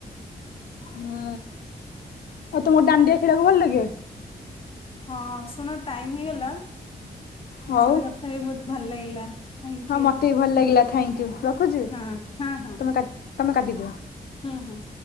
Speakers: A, on the left (about 80°); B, on the left (about 35°).
A: ହୁଁ ଆଉ ତମୁ ଦାଣ୍ଡିଆ ଖେଳିବାକୁ ଭଲ ଲାଗେ?
B: ହଁ ଶୁଣ ଟାଇମ୍ ହେଇଗଲା ତମ
A: ହଉ
B: ସହିତ କଥା ହେଇ ବୋହୁତ ଭଲ ଲାଗିଲା। ଥ୍ୟାଙ୍କ
A: ହଁ ମତେ
B: ୟୁ
A: ବି ଭଲ ଲାଗିଲା ଥାଙ୍କ୍ ୟୁ ରଖୁଚି
B: ହଁ ହଁ ହଁ
A: ତମେ କା ତମେ କାଟିଦିଅ।
B: ହୁଁ ହୁଁ।